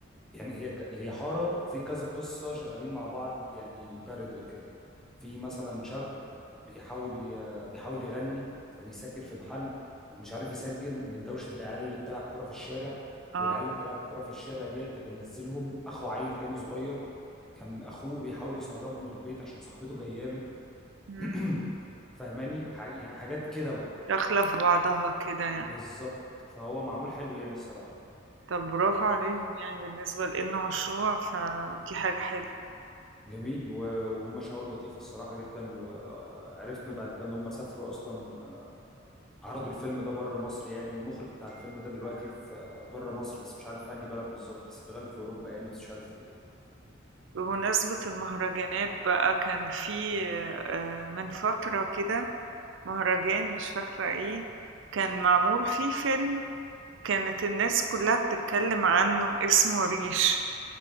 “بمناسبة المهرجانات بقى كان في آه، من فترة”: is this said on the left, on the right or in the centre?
Right